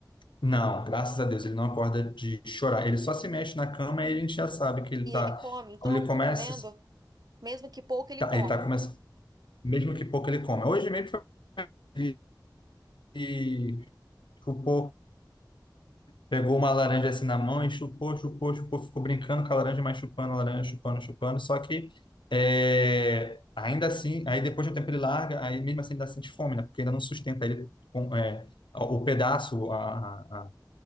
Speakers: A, on the left; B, on the right.
A: Não, graças a Deus, ele não acorda de chorar. Ele só se mexe na cama e a gente já sabe que ele
B: E
A: tá.
B: ele come, então?
A: Quando ele começa,
B: Tá comendo? Mesmo que pouco, ele
A: tá-
B: come.
A: ele tá começando, mesmo que pouco ele come. Hoje mesmo foi- ele chupou Pegou uma laranja assim na mão e chupou, chupou, chupou, ficou brincando com a laranja, mas chupando a laranja, chupando, chupando. Só que é, ainda assim, aí depois de um tempo ele larga, aí mesmo assim ele ainda sente fome, né? Porque ainda não sustenta ele com, é, o pedaço, a, a- a-